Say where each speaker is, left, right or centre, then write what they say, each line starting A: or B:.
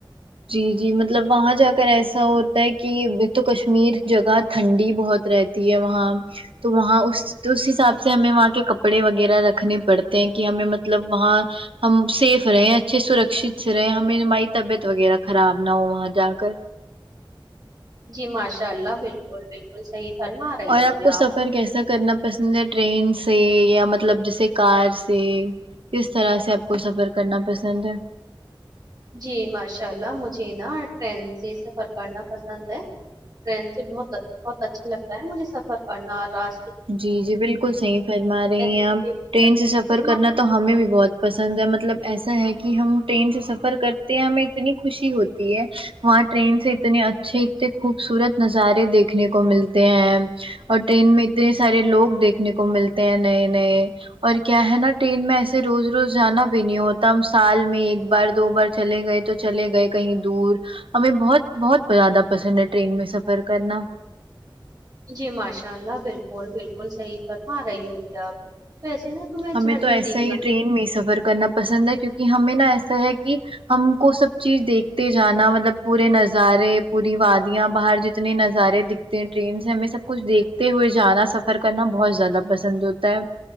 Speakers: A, on the right (about 85°); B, on the right (about 45°).
A: جی جی مطلب وہاں جا کر ایسا ہوتا ہے کہ تو کشمیر جگہ ٹھنڈی بہت رہت تی ہے وہاں تو وہاں اس اس حساب سے ہمیں وہاں کے کپڑے وغیرہ رکھنے پڑتے ہیں کہ ہمیں مطلب وہاں ہم سیف رہے اچھے سرکشت سے رہے ہمیں ہماری طبیعت وغیرہ خراب نہ ہو وہاں جا کر
B: جی ماشاء اللہ بالکل بالکل صحیح فرما رہی
A: اور
B: ہوگی
A: آپ کو سفر کیسا کرنا پسند ہے ٹرین سے یا مطلب جیسے کار سے کس طرح سے آپ کو سفر کرنا پسند ہے
B: جی ماشاء اللہ مجھے نا ٹرین سے سفر کرنا پسند ہے ٹرین سے بہت بہت اچھا لگتا ہے مجھے سفر کرنا اور راہ
A: جی جی بالکل صحیح فرما رہی
B: دیکھ
A: ہیں آپ
B: کے
A: ٹرین سے سفر
B: کتنا
A: کرنا تو ہمیں بھی بہت پسند ہے مطلب ایسا ہے کہ ہم ٹرین سے سفر کرتے ہیں ہمیں اتنی خوشی ہوتی ہے وہاں ٹرین سے اتنے اچھے اتنے خوبصورت نظارے دیکھنے کو ملتے ہیں اور ٹرین میں اتنے سارے لوگ دیکھنے کو ملتے ہیں نئے نئے اور کیا ہے نا ٹرین میں ایسے روز روز جانا بھی نہیں ہوتا ہم سال میں ایک بار دو بار چلے گئے تو چلے گئے کہیں دور ہمیں بہت بہت زیادہ پسند ہے ٹرین میں سفر کرنا
B: جی ماشاء اللہ بالکل بالکل صحیح فرما رہی ہو جی آپ ویسے نا تمیں جھر
A: ہمیں تو
B: نہیں
A: ایسا
B: دیکھنا
A: ہی ٹرین میں سفر کرنا پسند ہے کیونکہ ہمیں نہا ایسا ہے کہ ہم کو سب چیز دیکھتے جانا مطلب پورے نظارے پوری وادیاں باہر جتنے نظارے دکھ ٹرین سے ہمیں سب کچھ دیکھتے ہوئے جانا سفر کرنا بہت زیادہ پسند ہوتا ہے